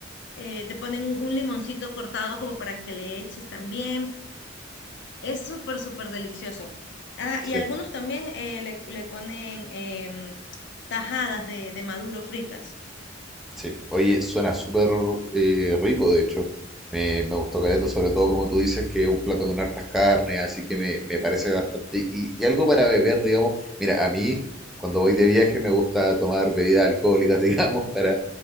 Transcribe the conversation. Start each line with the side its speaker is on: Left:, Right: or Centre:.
Left: eh, te ponen un un limoncito cortado como para que le eches también. Es súper, súper delicioso. Ah,
Centre: sí.
Left: y algunos también eh, le, le ponen em, tajadas de, de maduro fritas.
Centre: Sí, oye, suena súper eh, rico, de hecho. Me, me gustó caleta, sobre todo como tú dices, que es un plato con hartas carnes, así que me, me parece bastante. Y, y algo para beber, digamos. Mira, a mí, cuando voy de viaje, me gusta tomar bebidas alcohólicas, <laughs> digamos, para